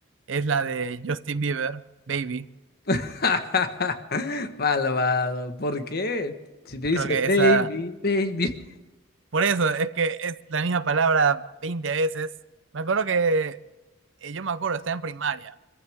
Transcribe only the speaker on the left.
<laughs> Malvado. ¿Por qué? Si te dice
baby, baby.